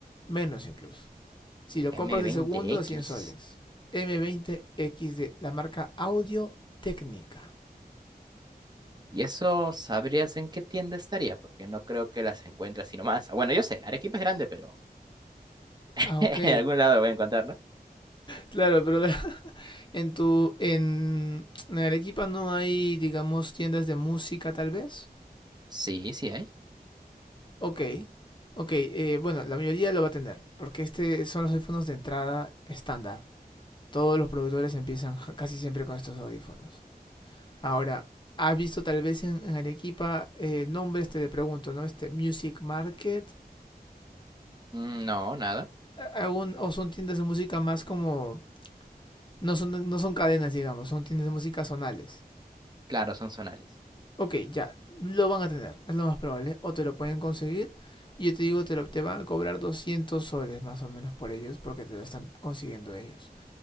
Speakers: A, on the left; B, on the right.
A: menos incluso. Si lo
B: m
A: compras de
B: veinte
A: segundo, a 100
B: x
A: soles. m veinte x de la marca Audio Técnica.
B: Y eso sabrías en qué tienda estaría, porque no creo que las encuentres sino más Bueno, yo sé, Arequipa es grande, pero <laughs>
A: Ah, ok.
B: en algún lado lo voy a encontrar, ¿no?
A: Claro, pero en tu en, en Arequipa no hay, digamos, tiendas de música tal vez.
B: Sí, sí hay.
A: Ok. Ok, eh, bueno, la mayoría lo va a tener, porque este son los audífonos de entrada estándar. todos los productores empiezan ja- casi siempre con estos audífonos. Ahora, ¿has visto tal vez en, en Arequipa eh, nombres, te pregunto, ¿no? Este Music Market,
B: Mm, No, nada.
A: a- aún- o son tiendas de música más como... No son, no son cadenas, digamos, son tiendas de música zonales.
B: Claro, son zonales.
A: Ok, ya, lo van a tener, es lo más probable, o te lo pueden conseguir. Y yo te digo, te, lo- te van a cobrar 200 soles más o menos por ellos porque te lo están consiguiendo ellos.